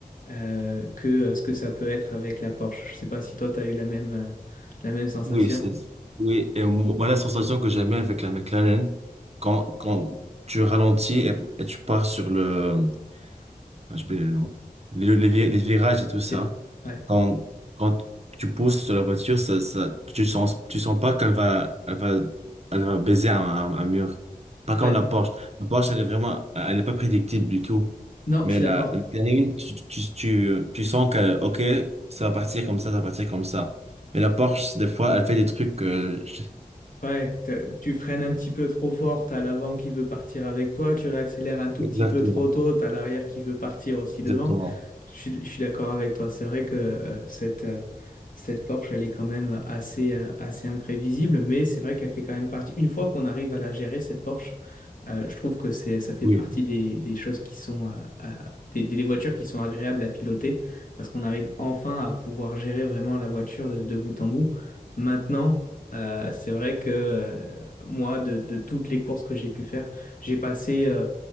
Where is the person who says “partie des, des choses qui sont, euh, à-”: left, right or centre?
Left